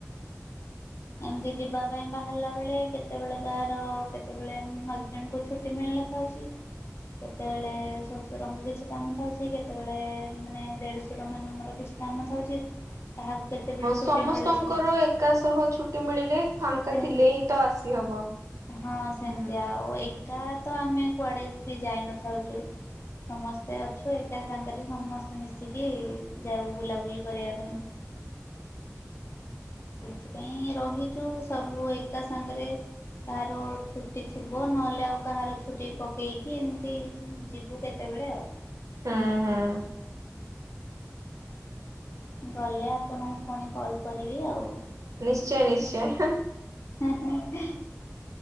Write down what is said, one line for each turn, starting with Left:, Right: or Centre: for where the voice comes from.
Left: ଏମିତି ଯିବା ପାଇଁ ବାହାରିଲା ବେଳେ କେତେବେଳେ କାହାର କେତେବେଳେ ହଜବେଣ୍ଡଙ୍କୁ ଛୁଟି ମିଳ <unintelligible> କେତେବେଳେ ଶଶୁରଙ୍କ କିଛି କାମ ରହୁଛି କେତେବେଳେ ମାନେ ଦେଢଶୁର ମାନଙ୍କର କିଛି କାମ ଥାଉଛି ତାହାକୁ କେତେବେଳେ ଛୁଟି
Right: ସମସ୍ତଙ୍କର
Left: ମିଳୁଛି
Right: ଏକା ସହ ଛୁଟି ମିଳିଲେ
Left: ଛୁଟି
Right: ଫାଙ୍କା ଥିଲେ ହିଁ ତ ଆସିହବ।
Left: ହଁ ସେମିତି
Right: ହୁଁ
Left: ଆଉ ଏକ କା ତ ଆମେ କୁଆଡେ ବି ଯାଇ ନଥାଉଛୁ। ସମସ୍ତେ ଅଛୁ ଏକା ସାଙ୍ଗରେ ସମସ୍ତେ ମିଶିକି ଯାଉ ବୁଲାବୁଲି କରିବା
Right: ହୁଁ
Left: ପାଇଁ। ସେଥିପାଇଁ ରହିଛୁ ସବୁ ଏକା ସାଙ୍ଗରେ କାହାର ଛୁଟି ଥିବ, ନହେଲେ ଆଉ କାହାର ଛୁଟି ପକେଇକି, ଏମିତି ଯିବୁ କେତେ ବେଳେ ଆଉ।
Right: ହୁଁ ହୁଁ।
Left: ଗଲେ ଆପଣଙ୍କୁ ପୁଣି କଲ୍ କରିବି ଆଉ।
Right: ନିଶ୍ଚୟ ନିଶ୍ଚୟ।
Left: ଏ ଏଁ